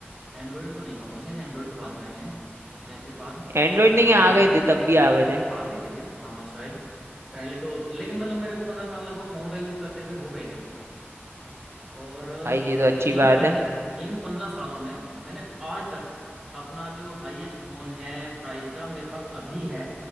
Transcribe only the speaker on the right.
एंड्रॉइड नहीं
आ
गए थे तब भी आ गए थे
हम्म,
भाई ये तो अच्छी
बात
है